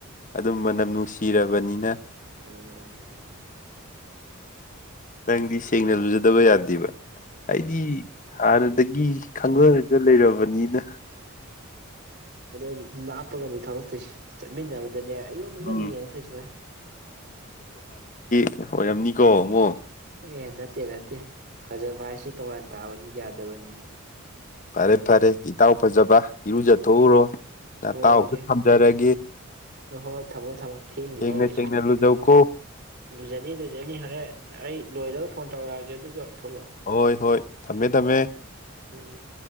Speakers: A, on the left; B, on the right.
A: ꯑꯗꯨꯝ ꯃꯅꯝ ꯅꯨꯡꯁꯤꯔꯕꯅꯤꯅ
B: <inaudible>
A: ꯅꯪꯗꯤ ꯁꯦꯡꯅ ꯂꯨꯖꯗꯕ ꯌꯥꯗꯦꯕ ꯑꯩꯗꯤ ꯍꯥꯟꯅꯗꯒꯤ ꯈꯪꯒꯔꯒ
B: ꯍꯣꯔꯦꯟ
A: ꯂꯩꯔꯕꯅꯤꯅ
B: ꯐꯗꯅꯦ ꯃꯥꯅꯥꯄꯒꯅꯤ ꯊꯂꯛꯛꯇꯁꯤ ꯆꯠꯃꯤꯟꯅꯕꯗꯅꯦ ꯑꯩꯉꯣꯟꯗꯗꯅꯤ
A: ꯎꯝ
B: ꯌꯦꯡꯉ ꯊꯣꯏ ꯁ ꯍꯦ
A: ꯑꯣꯏꯣꯏꯔꯝꯅꯤꯀꯣ ꯑꯃꯨꯛ
B: ꯑꯦ ꯅꯠꯇꯦ ꯅꯠꯇꯦ ꯐꯖꯕ ꯍꯥꯏꯁꯦ ꯇꯣꯉꯥꯟ ꯇꯥꯕꯅꯤ ꯌꯥꯗꯕꯅꯤꯅꯦ
A: ꯐꯔꯦ ꯐꯔꯦ ꯏꯇꯥꯎ ꯐꯖꯕ ꯏꯔꯨꯖꯊꯣꯛꯎꯔꯣ ꯅꯇꯥꯎꯁꯨ
B: ꯊꯒꯦ
A: ꯊꯝꯖꯔꯒꯦ
B: ꯍꯣꯏ ꯍꯣꯏ ꯊꯝꯃꯣ ꯊꯝꯃꯣ ꯊꯦꯡꯈꯤꯕꯗꯔ
A: ꯁꯦꯡꯅ
B: ꯑꯩꯁꯨ
A: ꯁꯦꯡꯅ ꯂꯨꯖꯧꯀꯣ
B: ꯂꯨꯖꯅꯤ ꯂꯨꯖꯅꯤ ꯍꯣꯔꯦꯟ ꯑꯩ ꯂꯣꯏꯔꯒ ꯐꯣꯟ ꯇꯧꯔꯛꯑꯒꯦ ꯑꯗꯨꯒ ꯊꯣꯛꯂꯛꯑꯣ
A: ꯍꯣꯏ ꯍꯣꯏ ꯊꯝꯃꯦ ꯊꯝꯃꯦ
B: ꯎꯝ ꯎꯝ